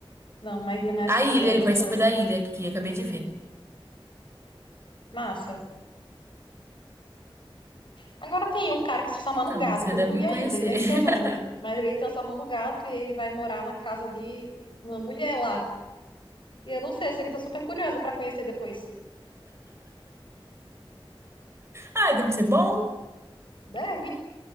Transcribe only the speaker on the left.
Não, mas minha mãe assistiu,
ela
gostou.
Massa. Agora tem o cara que se transforma
no gato.
Não vi
ainda, e nem
sei o nome. Mas ele se transforma no gato e ele vai morar na casa de uma mulher lá. E eu não sei, eu sei que eu tô super curiosa pra conhecer depois.
Deve.